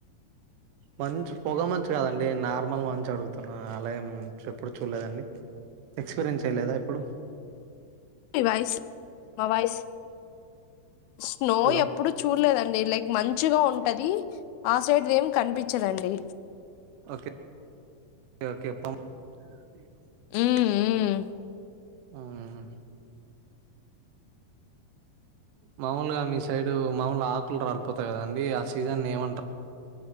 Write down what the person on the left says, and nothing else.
ఐస్ మా వాయిస్ స్నో
ఎప్పుడు చూలేదండి లైక్ మంత్ చుగా ఉంటది ఆ సైడ్ ఏం కనిపించదండి
మ్మ్, మ్మ్.